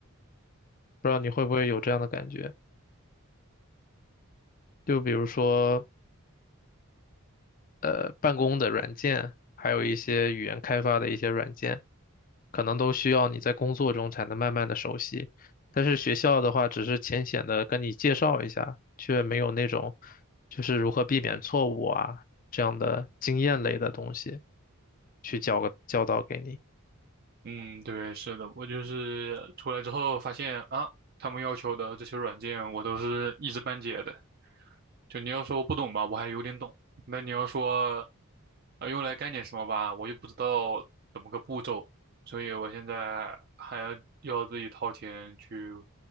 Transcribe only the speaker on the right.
嗯，对，是的，我就是出来之后发现啊，他们要求的这些软件，我都是一知半解的。就你要说我不懂吧，我还有点懂。那你要说，啊，用来干点什么吧，我又不知道怎么个步骤，所以我现在还要要自己掏钱去，